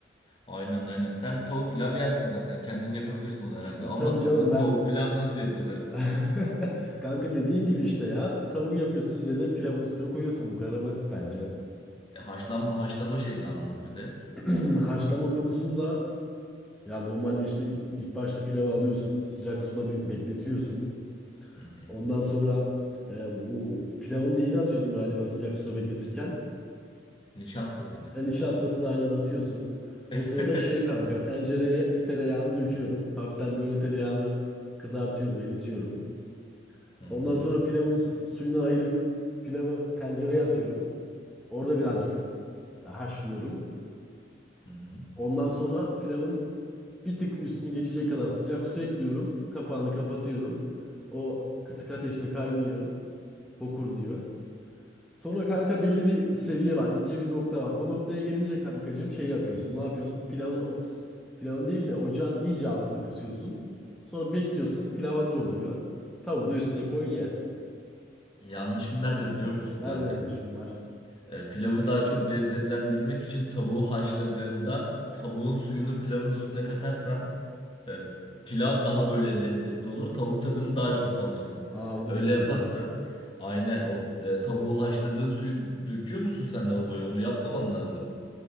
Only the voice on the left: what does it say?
Aynen aynen. Sen tavuk pilav yersin zaten. Kendin yapabilirsin onu herhalde.
Anlat
bakalım
tavuk pilav nasıl yapılır?
E, haşlanma haşlama şeyini anlat bir de.
Hı hı.
Nişastasını.
<laughs>
Hı
hı.
Hı hı.
Yanlışın nerede biliyor musun
kanka?
E, pilavı daha çok lezzetlendirmek için tavuğu haşladığında tavuğun suyunu pilavın üstüne katarsan E, pilav daha böyle lezzetli olur. Tavuk tadını daha çok alırsın.
Öyle
yaparsan aynen o e, tavuğu haşladığın suyu döküyor musun sen lavaboya? Onu yapmaman lazım.